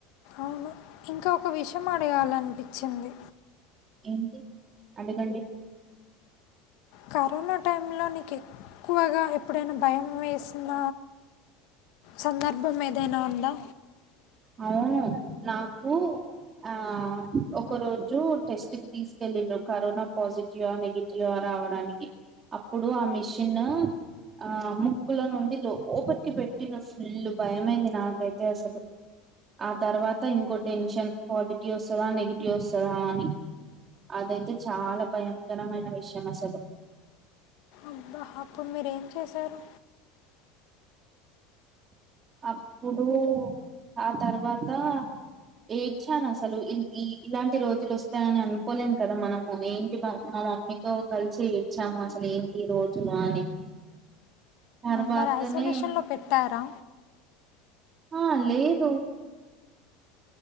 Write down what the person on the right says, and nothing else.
ఏంటి అడగండి
అవును నాకు ఆ ఒక రోజు టెస్ట్ కి తీసుకెళ్ళిడు కరోనా పాజిటివ్ నెగిటివ్ రావడానికి అప్పుడు ఆ మిషిన్ ఆ ముక్కులో నుండి లోపలికి పెట్టిన ఫుల్ భయమైంది నాకైతే అసలు ఆ తర్వాత ఇంకో టెన్షన్ పాజిటివ్ వస్తుందా నెగిటివ్ వస్తుదా అని అదైతే చాలా భయంకరమైన విషయం అసలు
అప్పుడు ఆ తర్వాత ఏడ్చాను అసలు ఇన్ ఇ ఇలాంటి రోజులు వస్తాయని అనుకోలేం కదా మనము ఏంటి మా మమ్మీతో కలిసి ఏడ్చాము అసలు ఏంటి రోజులు అని తర్వాతనే
ఆ లేదు